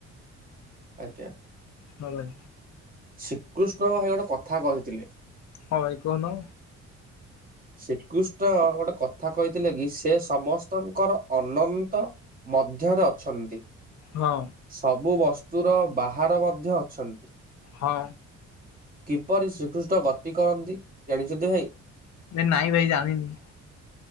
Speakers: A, on the right (about 30°); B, on the left (about 65°).
A: ଆଜ୍ଞା।
B: ହଁ ଭାଇ।
A: ଶ୍ରୀକୃଷ୍ଣ ଭାଇ ଗୋଟେ କଥା କହିଥିଲେ।
B: ହଁ ଭାଇ କୁହନ।
A: ଶ୍ରୀକୃଷ୍ଣ ଗୋଟେ କଥା କହିଥିଲେ କି ସେ ସମସ୍ତଙ୍କର ଅନନ୍ତ ମ ଧ୍ୟରେ ଅଛନ୍ତି
B: ହଁ
A: ସବୁ ବସ୍ତୁ ର ବାହାରେ ମଧ୍ୟ ଅଛନ୍ତି।
B: ହଁ।
A: କିପରି ଶ୍ରୀକୃଷ୍ଣ ଗତି କରନ୍ତି ଜାଣିଛନ୍ତି ଭାଇ?
B: ନାଇଁ ଭାଇ ଜାଣିନି।